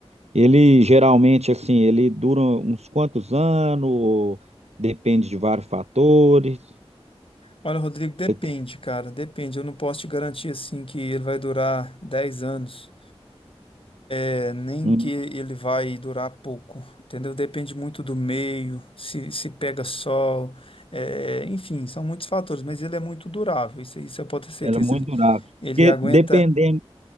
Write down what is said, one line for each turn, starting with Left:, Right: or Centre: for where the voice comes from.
Right: Ele geralmente, assim, ele dura uns quantos anos, depende de vários fatores.
Left: Olha, Rodrigo, depende,
Right: Você tem,
Left: cara, depende. Eu não posso te garantir assim que ele vai durar 10 anos. É, nem
Right: Hum,
Left: que ele vai durar pouco, entendeu? Depende muito do meio, se, se pega sol, é, enfim, são muitos fatores, mas ele é muito durável, isso, isso eu posso ter certeza.
Right: ela é muito
Left: Ele,
Right: durável.
Left: ele
Right: Porque
Left: aguenta
Right: dependendo,